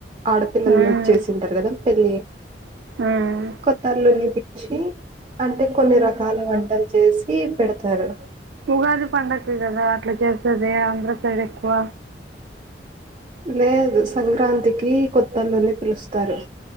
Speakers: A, on the right; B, on the right.
A: ఆడపిల్లలు
B: ఉమ్,
A: వచ్చేసింటారు కదా పెళ్లిి
B: ఉమ్.
A: కొత్త అల్లు పిలిచి అంటే కొన్ని రకాల వంటలు చేసి పెడతారు.
B: ఉగాది పండగకి గాదా అట్లా చేస్తది ఆంధ్ర సైడ్ ఎక్కువ
A: లేదు సంక్రాంతికి కొత్తల్లుని పిలుస్తారు.